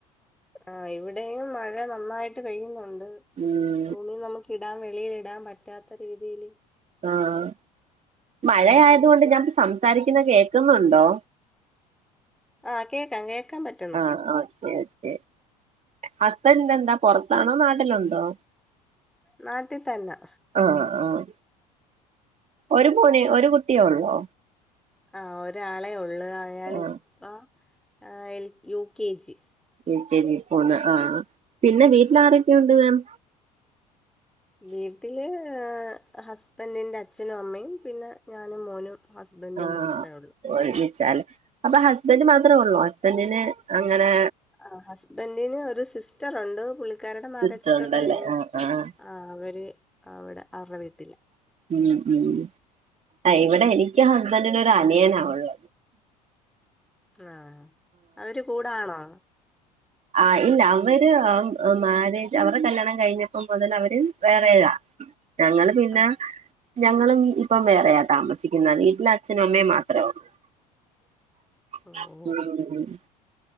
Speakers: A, in the centre; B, on the right.
A: ആ ഇവിടെയും മഴ നന്നായിട്ട് പെയ്യുന്നുണ്ട്.
B: ഉം
A: തുണി നമുക്ക് ഇടാം. വെളിയിലിടാം പറ്റാത്ത രീതിയിയില്
B: ആഹ് മഴയായത് കൊണ്ട് ഞാൻപ്പൊ സംസാരിക്കുന്ന കേക്കുന്നുണ്ടോ?
A: ആഹ് കേക്കാം കേക്കാൻ പറ്റ
B: ആഹ് ആഹ് ഓക്കെ ഓക്കെ ഹസ്ബൻഡ് എന്താ പൊറത്താണോ നാട്ടിലുണ്ടോ?
A: നാട്ടി തന്നെ.
B: ആഹ് ആഹ് ഒരു <unintelligible> ഒരു കുട്ടിയേ ഒള്ളോ
A: ആ ഒരാളേ ഉള്ളൂ അയാളിപ്പം
B: ആഹ്
A: L U K G.
B: L K G പോന്ന ആഹ് പിന്നെ വീട്ടിൽ ആരൊക്കെയുണ്ട് മാം
A: വീട്ടില് ഹസ്ബൻറിന്റെ അച്ഛനും അമ്മയും പിന്നെ ഞാനും മോനും. ഹസ്ബൻഡും
B: ആഹ്
A: മാത്രമേ ഉള്ളൂ
B: ഒരുമിച്ചാല് അപ്പൊ ഹസ് ബന്റ് മാത്രേ ഒള്ളോ ഹസ്ബന്റിന് അങ്ങനെ
A: ആഹ് ഹസ്ബന്റിന് ഒരു സിസ്റ്ററുണ്ട് പുള്ളിക്കാരുടെ മാരാജൊക്കെ
B: സിസ്റ്റർ ഉണ്ടല്ലേ
A: കഴിഞ്ഞ്
B: ആഹ് ആഹ്
A: ആ അവര് അവടെ <unintelligible> വീട്ടില
B: ഉം ഉം ആ ഇവിടെ എനിക്ക് ഹസ്ബൻഡിനൊരു അനിയനാ ഒള്ളെ
A: ആ അവര് കൂടാണോ?
B: ആ ഇല്ല അവര് ആ മാരേജ് അവരുടെ കല്യാണം കഴിഞ്ഞ പ്പം മുതല് അവര് വേറെയാ ഞങ്ങള് പിന്നെ
A: ആഹ്
B: ഞങ്ങളും ഇപ്പം വേറെയാ താമസിക്കുന്ന. വീട്ടില് അച്ഛനും അമ്മയും മാത്രേ ഒള്ളൂ. <inaudible>
A: ഓഹ്
B: <unintelligible>